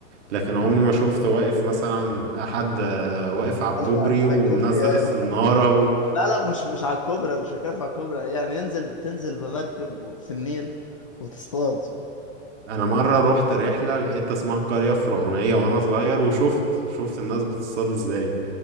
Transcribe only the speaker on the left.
امم
على على- على
الكوبري أيوه
<laughs>
لا لا مش مش على الكوبري مش كيف على الكوبري يعني ينزل بتنزل بمركب في النيل وتصطاد